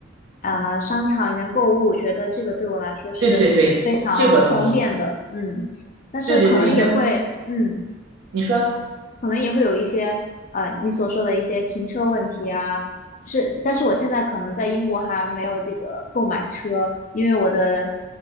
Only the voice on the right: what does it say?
对对对，这我同意。
对对对，因为
你说，